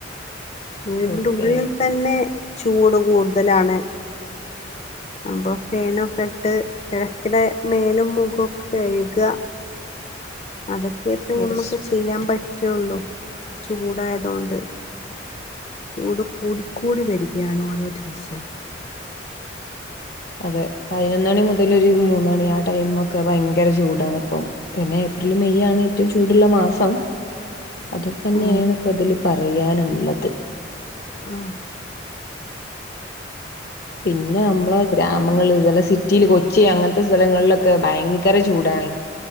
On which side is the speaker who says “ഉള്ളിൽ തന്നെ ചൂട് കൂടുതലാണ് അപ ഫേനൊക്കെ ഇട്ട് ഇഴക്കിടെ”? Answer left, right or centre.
Left